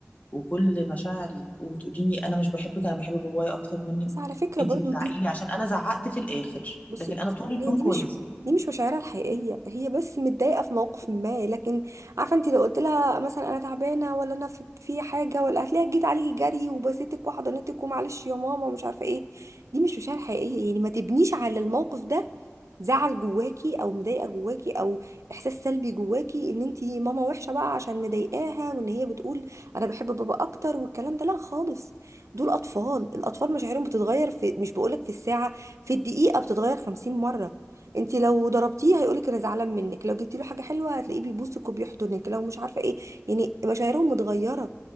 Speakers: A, on the left; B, on the right.
A: وكل مشاعري وبتقوليني انا مش بحبك انا بحب بابايا اكتر منك
B: بس على فكره
A: انتي
B: برضه
A: بتزعقي
B: دي
A: لي عشان انا زعقت في الاخر
B: بصي
A: لكن
B: بصي
A: انا طول
B: هي
A: اليوم
B: دي
A: كويسه
B: مش دي مش مشاعرها الحقيقيه هي بس متضايقه في موقف ما لكن عارفه انت لو قلت لها مثلا انا تعبانه ولا انا في, في حاجه ولا هتلاقيها جيت عليكي جري وبسيتك وحضنتك ومعلش يا ماما ومش عارفه ايه دي مش مشاعر حقيقيه يعني ما تبنيش على الموقف ده زعل جواكي او مضايقه جواكي او احساس سلبي جواكي ان انت ماما وحشه بقى عشان مضايقاها وان هي بتقول انا بحب بابا اكتر والكلام ده لا خالص دول اطفال الاطفال مشاعرهم بتتغير في مش بقولك في الساعه في الدقيقة بتتغير 50 مرة انت لو ضربتيه هيقولك انا زعلان منك لو جبتي له حاجة حلوة هتلاقيه بيبوسك وبيحضنك لو مش عارفة ايه يعني مشاعرهم متغيرة